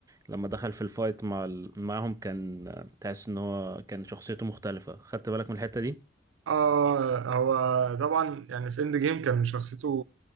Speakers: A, on the right; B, on the right.
A: لما دخل في الفايت مع ال... معهم كان آه، تحس ان هو كان شخصيته مختلفة خدت بالك من الحتة دي
B: اه هو طبعا يعني في اند جيم كان شخصيته